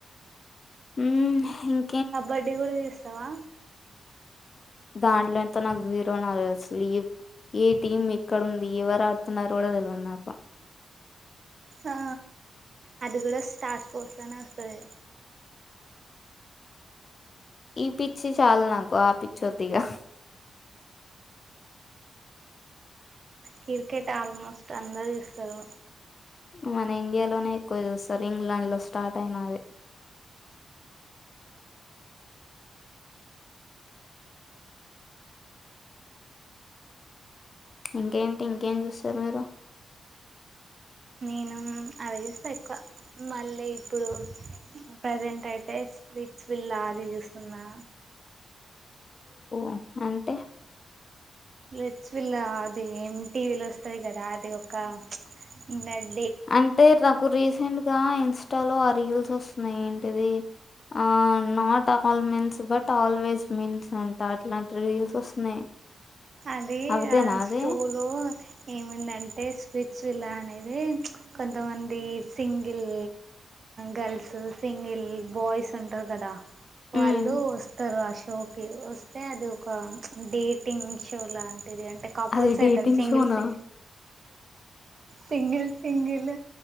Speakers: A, on the left; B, on the right.
A: ఉమ్ హిన్
B: కబడ్డీ కూడా చూస్తావా
A: దాంట్లో ఎంత నాకు జీరో నాలెడ్జ్ లీవ్, ఏ టీం ఎక్కడ ఉంది, ఎవరు ఆడుతున్నారో కూడా తెలివద్ నాకు
B: ఆ అది కూడా స్టార్ స్పోర్ట్స్ లనే వస్తది
A: ఈ పిచ్చి చాల్ నాకు ఆ పిచ్చి వద్దిగా
B: క్రికెట్ ఆల్మోస్ట్ అందరూ చూస్తరు
A: మన ఇండియాలోనే ఎక్కువ చూస్తరు ఇంగ్లాండ్ లో స్టార్ట్ అయినది ఇంకేంటి ఇంకేం చూస్తారు మీరు
B: నేను అది చూస్తా ఎక్కువ మళ్ళీ ఇప్పుడు ప్రసెంట్ అయితే స్ప్లిట్స్ విిల్లా అది చూస్తున్నా
A: అ అంటే
B: రెచ్విల్లా అది ఎం టీ వీల్ స్తది కదా అది ఒక ఉన్నద్
A: అంటే నాకు రీసెంట్ గా ఇన్స్ లో ఆ రిల్స్ వస్తున్నాయి ఏంటిది ఆ not all men's but always mince అంట అట్లాంటి రీల్స్ వస్తున్నాయి
B: అది
A: అవిదేనా
B: ఆ
A: అది
B: చోలు ఏమిందంటే స్పిచివిలా అనేది కొంతమంది సింగిల్ గర్ల్స్ సింగిల్ బాయ్స్ ఉంటారు కదా వాళ్ళు
A: ఉమ్
B: <unintelligible> వస్తే అది ఒక డేటింగ్ <unintelligible> ది అంటే కపుల్స్
A: అది
B: అవుతారు
A: డేటింగ్
B: సింగిల్
A: షోనా
B: సి సింగిల్ సింగిల్